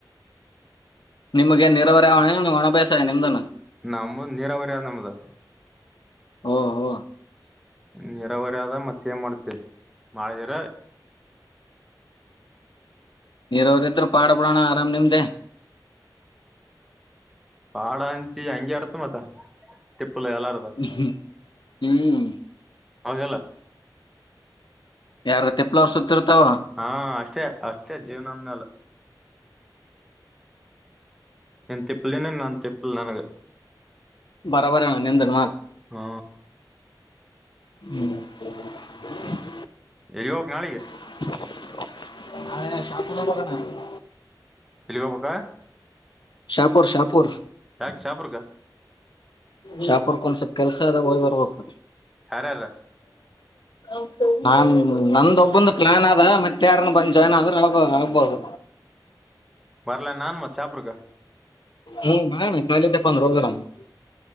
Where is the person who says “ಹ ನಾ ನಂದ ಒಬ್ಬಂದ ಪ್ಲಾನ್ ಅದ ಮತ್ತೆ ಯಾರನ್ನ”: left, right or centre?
Left